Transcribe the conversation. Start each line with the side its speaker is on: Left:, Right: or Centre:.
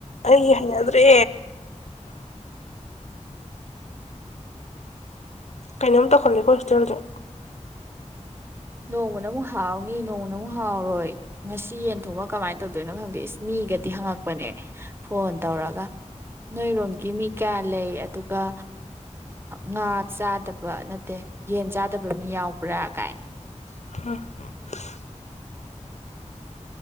Left: ꯑꯩ ꯍꯩꯅꯥꯗ꯭ꯔꯦ ꯀꯩꯅꯣꯝ ꯇꯧꯈꯜꯂꯦꯀꯣ ꯍꯣꯁꯇꯦꯜꯗ
Right: ꯅꯣꯡꯃꯅ ꯑꯃꯨꯛ ꯍꯥꯎꯅꯤ ꯅꯣꯡꯃꯅ ꯑꯃꯨꯛ ꯍꯥꯎꯔꯣꯏ ꯉꯁꯤ ꯌꯦꯟ ꯊꯣꯡꯃ ꯀꯃꯥꯏꯅ ꯇꯧꯗꯣꯏꯅꯣ ꯈꯪꯗꯦ ꯏꯁ ꯃꯤꯒꯗꯤ ꯍꯪꯉꯛꯄꯅꯦ ꯐꯣꯟ ꯇꯧꯔꯒ ꯅꯣꯏꯔꯣꯝꯒꯤ ꯃꯤ ꯀꯌꯥ ꯂꯩ ꯑꯗꯨꯒ ꯉꯥ ꯆꯥꯗꯕ ꯅꯠꯇꯦ ꯌꯦꯟ ꯆꯥꯗꯕ ꯃꯤ ꯌꯥꯎꯕ꯭ꯔꯥ ꯀꯥꯏꯅ
Left: <unintelligible>